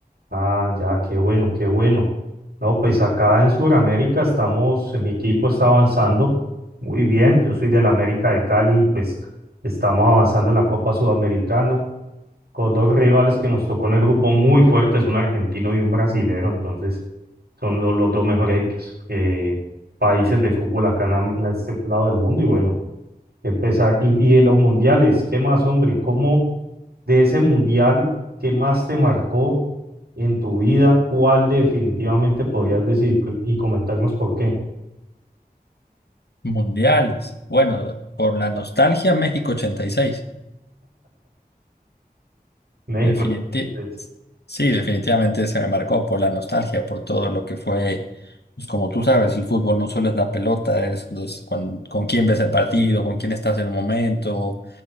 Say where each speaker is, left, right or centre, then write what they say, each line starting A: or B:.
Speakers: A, on the right (about 75°); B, on the left (about 85°).
A: Ah, ya, qué bueno, qué bueno. No, pues acá en Sudamérica estamos, en mi equipo está avanzando muy bien. Yo soy del América de Cali y pues estamos avanzando en la Copa Sudamericana. con dos rivales que nos tocó en el grupo muy fuertes, un argentino y un brasilero, entonces son lo- los, dos mejores eh, países de fútbol acá en, am- en este lado del mundo y bueno, qué pesar. Y, y en los mundiales, ¿qué más, hombre? ¿Cómo de ese mundial que más te marcó en tu vida, cuál definitivamente podrías decir c- y comentarnos por qué?
B: mundiales. Bueno, por la nostalgia, México 86.
A: México.
B: Definiti-
A: 86.
B: sí, definitivamente se me marcó por la nostalgia, por todo lo que fue, pues como tú sabes, el fútbol no solo es la pelota, es, es con, con quién ves el partido, con quién estás en el momento.